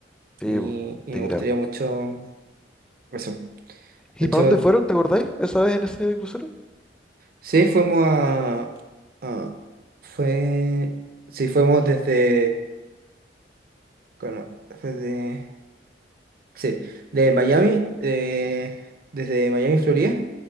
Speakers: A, in the centre; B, on the right (about 55°).
A: Sí,
B: Y,
A: po,
B: y
A: te
B: me gustaría
A: creo.
B: mucho eso.
A: ¿Y
B: De hecho,
A: para dónde fueron? ¿Te acordáis? ¿Esa vez en ese crucero?
B: sí, fuimos a... a- fue... Sí, fuimos desde... bueno, desde Sí, de Miami, eh, desde Miami, Florida,